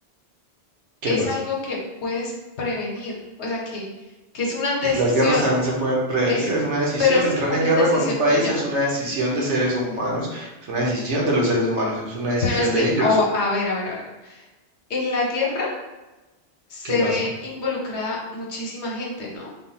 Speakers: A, on the right; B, on the left.
A: ¿qué
B: es
A: pasa?
B: algo que puedes prevenir, o sea, que, que es una decisión,
A: Y las guerras también se pueden prevenir,
B: es,
A: es una decisión.
B: pero es
A: Entrar
B: una
A: en guerra
B: decisión
A: con un país
B: tuya.
A: es una decisión de seres humanos, es una decisión de los seres humanos, es una decisión
B: Pero es que,
A: de ellos.
B: oh, a ver, a ver, a ver. En la guerra se
A: ¿Qué pasa?
B: ve involucrada muchísima gente, ¿no?